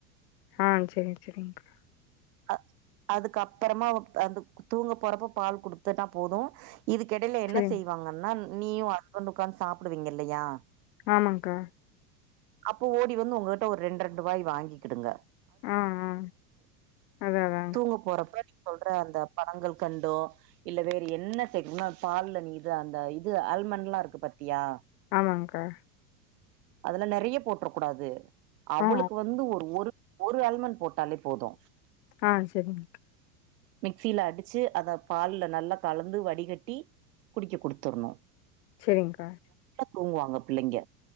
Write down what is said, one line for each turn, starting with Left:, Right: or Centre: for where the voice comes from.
Left: ஆ சேரி சேரிங்க்கா
Right: அ அதுக்கு அப்பறமா அந்த தூங்க போறப்ப பால் குடுத்தனா போது இதுக்கிடையில என்ன
Left: சரிங்க.
Right: செய்வாங்கன்னா நீயு ஹஸ்பண்ட்டு உக்காந்து சாப்டுவீங்க இல்லையா
Left: ஆமக்கா
Right: அப்போ ஓடி வந்து உங்ககிட்ட ஒரு ரெண்டு ரெண்டு வாய் வாங்கி கிடுங்க
Left: ஆ ஆ அதா அதா
Right: தூங்க போறப்ப நீ சொல்ற அந்த பணங்கற்கண்டோ இல்ல வேற என்ன செக்குனேமோ பால்ல நீ இது அந்த இது ஆல்மண்ட்ல்லா இருக்கு பாத்தியா
Left: ஆமாங்க்கா
Right: அதுல நெறைய போட்ற கூடாது அவளுக்கு
Left: ஆ,
Right: வந்து ஒரு ஒரு ஒரு ஆல்மண்ட் போட்டாலே போது
Left: ஆ சரிங்கக்கா
Right: மிக்சில அடிச்சு அத பால்ல நல்லா கலந்து வடிகட்டி குடிக்க குடுத்துற்ணு
Left: சேரிங்க்கா
Right: தூங்குவாங்க பிள்ளைங்க